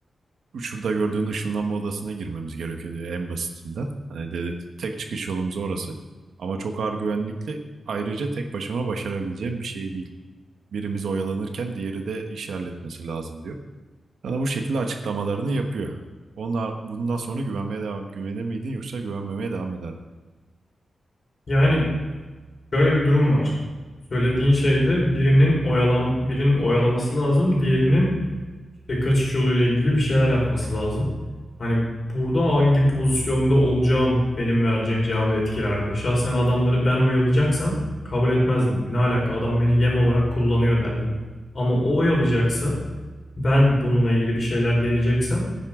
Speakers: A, on the right (about 85°); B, on the left (about 35°).
A: şurada gördüğün ışınlanma odasına girmemiz gerekiyor diyor en basitinden. Hani de, tek çıkış yolumuz orası. Ama çok ağır güvenlikli. Ayrıca tek başıma başarabileceğim bir şey değil. Birimiz oyalanırken diğeri de işi halletmesi lazım diyor. Sana bu şekilde açıklamalarını yapıyor. Onlar bundan sonra güvenmeye devam, güvenir miydin yoksa güvenmemeye devam ederdin?
B: Yani şöyle bir durum var. Söylediğin şeyde birinin oyalam birinin oyalaması lazım, diğerinin işte kaçış yoluyla ilgili bir şeyler yapması lazım. Hani burada hangi pozisyonda olacağım benim vereceğim cevabı etkilerdi. Şahsen adamları ben oyalayacaksam kabul etmezdim. Ne alaka adam beni yem olarak kullanıyor derdim. Ama o oyalayacaksa ben bununla ilgili bir şeyler deneyeceksem